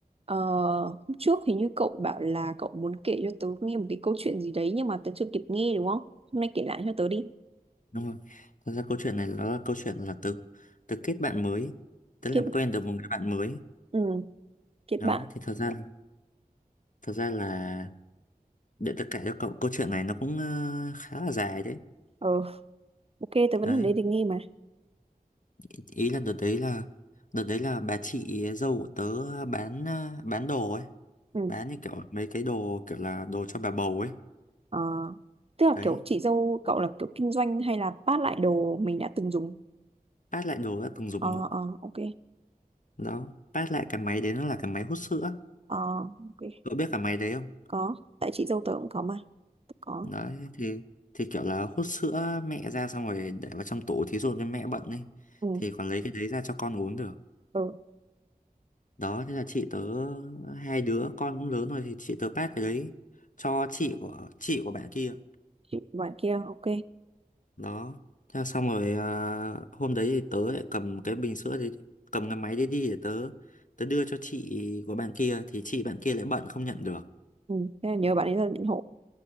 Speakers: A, on the right (about 40°); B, on the left (about 55°).
A: Ờ, hôm trước thì như cậu bảo là cậu muốn kể cho tớ nghe một cái câu chuyện gì đấy nhưng mà tớ chưa kịp nghe đúng không? Hôm nay kể lại cho tớ đi.
B: đúng rồi thật ra câu chuyện này nó là câu chuyện là từ từ kết bạn mới tớ làm
A: Kết
B: quen được một người bạn mới
A: ừ, kết
B: đó
A: bạn.
B: thì thật ra thật ra là để tất cả cho cậu câu chuyện này nó cũng ờ, khá là dài đấy
A: Ờ, ok, tớ vẫn
B: đấy
A: ở đây để nghe mà.
B: ý ý là đợt đấy là đợt đấy là bà chị dâu của tớ bán ờ, bán đồ ấy
A: Ừ.
B: bán như kiểu mấy cái đồ kiểu là đồ cho bà bầu ấy
A: Ờ, tức là
B: đấy
A: kiểu chị dâu cậu là kiểu kinh doanh hay là phát lại đồ mình đã từng dùng?
B: phát lại đồ đã từng dùng
A: Ờ,
B: đó,
A: ờ, ok.
B: đó. phát lại cái máy đấy nó là cái máy hút sữa
A: Ờ, ok.
B: cậu biết cái máy đấy không
A: Có. Tại chị dâu tớ cũng có mà. Tớ có.
B: đấy thì thì kiểu là hút sữa mẹ ra xong rồi để vào trong tủ thí dụ như mẹ bận ấy
A: Ừ.
B: thì còn lấy cái đấy ra cho con uống được
A: Ừ.
B: đó thế là chị tớ hai đứa con cũng lớn rồi thì chị tớ pass cái đấy cho chị của chị của bạn kia
A: Chị bạn kia, ok.
B: đó thế là xong rồi à, hôm đấy thì tớ lại cầm cái bình sữa đấy cầm cái máy đấy đi để tớ tớ đưa cho chị của bạn kia thì chị bạn kia lại bận không nhận được
A: Ừ. Thế là nhớ bạn ấy là định hộ.